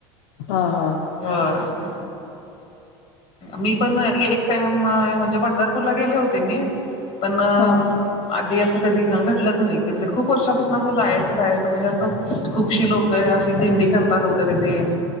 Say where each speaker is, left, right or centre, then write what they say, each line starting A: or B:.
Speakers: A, on the left; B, on the left.
A: हा हा
B: हा.. मी पण एक टाइम म्हणजे, पंढरपूरला गेले होते मी. पण
A: हा
B: आधी असं कधी घडलंच नाही. की खूप वर्षापासून. असं जायचं जायचं म्हणजे, असं खूपशी लोकं अशी दिंडी करत. तात वगैरे तेन